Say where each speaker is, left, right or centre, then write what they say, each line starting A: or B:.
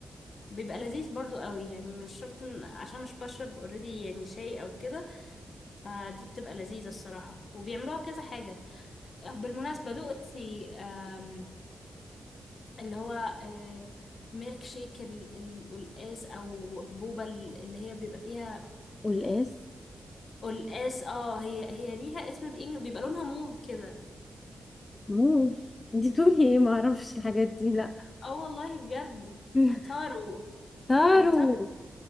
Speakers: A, on the left (about 60°); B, on the left (about 30°).
A: بيبقى لذيذ برضو قوي يعني مش شرط إن- عشان مش بشرب اوريدي يعني شاي او كده فدي بتبقى لذيذة الصراحة وبيعملوها بكذا حاجة آه، بالمناسبة دقتي آم، اللي هو آه، ميلك شيك ال- ال- القلقاس او بوبة ال- اللي هي بيبقى فيها
B: والقاس
A: قلقاس اه هي هي ليها اسم بإنجلش بيبقى لونها موف كده
B: موف انتي بتقولي ايه ما اعرفش الحاجات دي لا
A: اه والله بجد
B: <laughs>
A: تارو
B: تارو
A: التارو